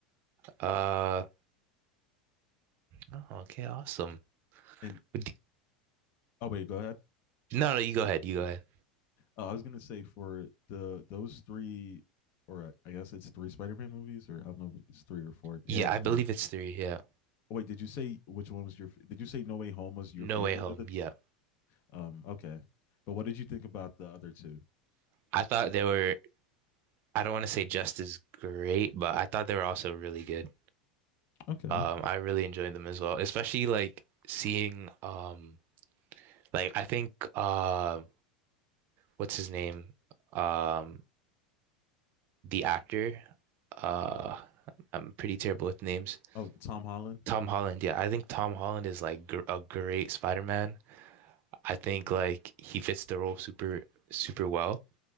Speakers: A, on the right; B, on the left.
A: Uh, oh, okay, awesome.
B: And
A: But d-
B: oh wait, go ahead.
A: No, no, you go ahead. You go ahead.
B: Uh, I was gonna say for the those three, or I guess it's three Spider-Man movies, or I don't know if it's three or four.
A: Yeah,
B: Yeah, it's
A: I believe
B: three.
A: it's three. Yeah.
B: Oh, wait, did you say which one was your? f- Did you say No Way Home was your
A: No
B: favorite?
A: Way Home.
B: Of the t-
A: Yeah.
B: um, okay, but what did you think about the other two?
A: I thought they were. I don't want to say just as great, but I thought they were also really good.
B: Okay.
A: Um, I really enjoyed them as well, especially like seeing um like I think uh what's his name? Um the actor. Uh I'm pretty terrible with names.
B: Oh, Tom Holland.
A: Tom Holland, yeah, I think Tom Holland is like gr a great Spider-Man. I think like he fits the role super super well,